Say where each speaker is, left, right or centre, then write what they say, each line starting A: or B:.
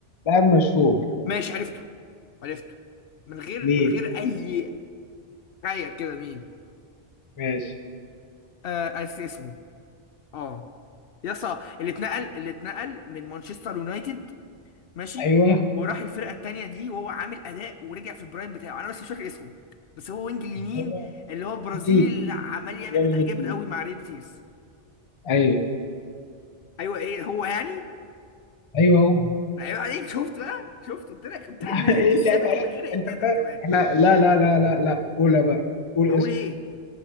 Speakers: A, on the left; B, on the left.
A: لاعب مشهور
B: ماشي عرفته عرفته من غير
A: مين
B: من غير اي تخيل كده مين
A: ماشي
B: آه أس اسمه اه يسا اللي اتنقل اللي اتنقل من مانشستر يونايتد ماشي
A: أيوه
B: وراح الفرقه التانيه دي وهو عامل اداء ورجع في البرايم بتاعه انا بس مش فاكر اسمه بس هو وينج اليمين
A: أيوه
B: اللي هو برازيلي
A: جديد
B: اللي عمال يعمل
A: ريال
B: اداء جامد
A: جديد
B: قوي مع ريال بيتيس
A: أيوه
B: ايوه ايه هو يعني
A: أيوه هو
B: ده عيب عليك شفت بقى شفت قلت لك قلت
A: <laughs>
B: لك من غير
A: إيه
B: جساتك
A: اللي عيب عليك
B: ومن غير انتاتك
A: أنت بقى
B: كمان
A: إحنا لا لا لا لا لا قولها بقى قول
B: هقول
A: اسم
B: ايه